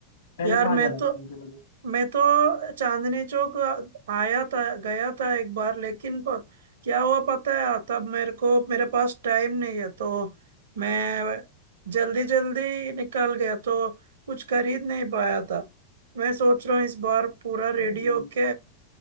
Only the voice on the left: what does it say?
पहले
कहाँ
जाना
पसंद करोगे
हम्म